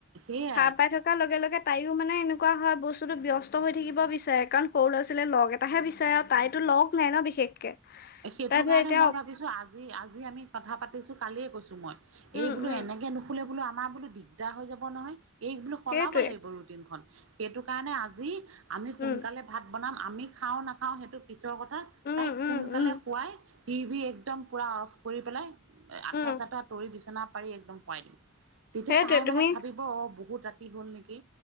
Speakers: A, on the right (about 65°); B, on the left (about 45°).
A: সেইয়াই
B: সাৰ পাই থকা লগে লগে তাইও মানে এনেকুৱা হয়, বস্তুটো ব্যস্ত হৈ থাকিব বিচাৰে কাৰণ সৰু ল'ৰা-ছোৱালীয়ে লগ এটাহে বিচাৰে। তাইতো লগ নাই ন' বিশেষকে।
A: সেইটো
B: তাই ধৰ
A: কাৰণে
B: এতিয়া
A: মই ভাবিছোঁ আজি আজি আমি কথা পাতিছোঁ কালিয়ে কৈছোঁ মই। এই
B: উম
A: বোলো
B: উম
A: এনেকে নুশুলে বোলো আমাৰ বোলো দিগদাৰ হৈ যাব নহয়। এইক বোলো সলাব
B: সেইটোৱে
A: লাগিব ৰুটিনখন, সেইটো কাৰণে আজি আমি সোনকালে
B: উম
A: ভাত বনাম আমি খাওঁ নাখাও সেইটো পিছৰ কথা,
B: উম
A: তাই সোনকালে
B: উম উম
A: শোৱাই টিভি একদম পুৰা অ'ফ কৰি পেলাই। আঠুৱা-চাঠুৱা
B: উম
A: তৰি বিচনা পাৰি একদম শোৱাই দিম। তেতিয়া
B: সেইটোৱে
A: তাই মানে
B: তুমি
A: ভাবিব অ', বহুত ৰাতি হ'ল নেকি!